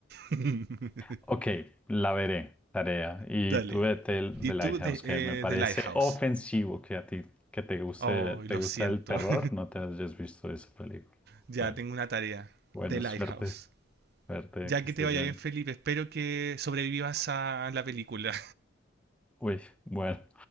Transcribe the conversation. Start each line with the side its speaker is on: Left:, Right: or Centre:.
Right: <laughs>
Centre: Ok, la veré, tarea. Y
Right: Dale.
Centre: tú vete el-
Right: ¿Y
Centre: The
Right: tú
Centre: Lighthouse,
Right: de,
Centre: que
Right: eh,
Centre: me parece
Right: The Lighthouse?
Centre: ofensivo que a ti que te guste,
Right: Oh, lo
Centre: te gusta
Right: siento,
Centre: el terror,
Right: <laughs>
Centre: no te hayas visto esa película.
Right: ya
Centre: Bueno,
Right: tengo una tarea.
Centre: bueno,
Right: The Lighthouse.
Centre: suerte, suerte,
Right: Ya
Centre: que estés
Right: que te vaya
Centre: bien.
Right: bien, Felipe. Espero que sobrevivas a la película.
Centre: Uy, bueno.